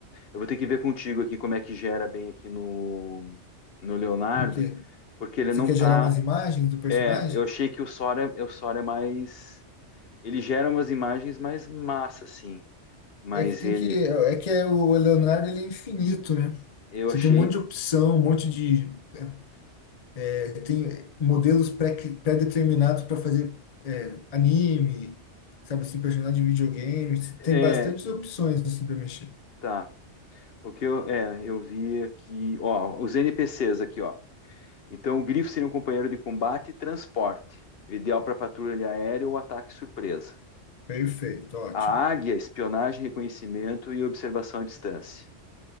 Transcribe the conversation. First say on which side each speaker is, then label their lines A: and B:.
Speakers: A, on the left; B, on the left.
A: Eu vou ter que ver contigo aqui como é que gera bem aqui no, no Leonardo,
B: o quê?
A: porque ele
B: Você
A: não
B: quer
A: tá.
B: gerar umas imagens do personagem?
A: É, eu achei que o Sora, é, o Sora é mais. Ele gera umas imagens mais massa, assim. Mas
B: É que tem
A: ele,
B: que. É que é, o Leonardo ele é infinito, né?
A: eu
B: Você
A: achei,
B: tem um monte de opção, um monte de. é, é, Tem modelos pré, pré-determinados para fazer é, anime, sabe assim, personagem de videogame. Você Tem
A: é,
B: bastantes opções assim para mexer.
A: tá. O que eu, é, eu vi aqui, ó, os NPCs aqui, ó. Então, o grifo seria um companheiro de combate e transporte, ideal para patrulha aérea ou ataque surpresa.
B: Perfeito, ótimo.
A: A águia, espionagem, reconhecimento e observação à distância.